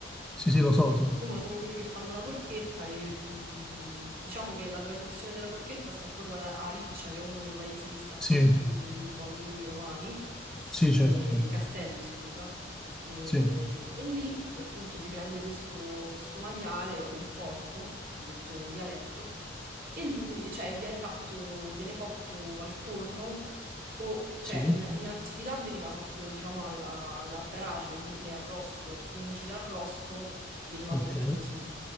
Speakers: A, in the centre; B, on the right (about 50°).
A: sì, sì, lo so, lo so.
B: Insomma, sono quelli che fanno la porchetta e mh, diciamo che la tradizione della porchetta sta proprio a, a Riccia, che è uno dei paesi che sta
A: Sì,
B: qua sui colli romani,
A: sì, certo,
B: e-
A: sì,
B: i castelli, scusa. E,
A: sì,
B: e lì appunto si prende questo, questo maiale, eh, il porco, detto in dialetto, e lui, cioè, viene fatto, viene cotto al forno o, cioè,
A: sì,
B: in, in antichità veniva fatto, diciamo, alla, alla brace, quindi arrosto, su un girarrosto veniva
A: ok,
B: cotto così.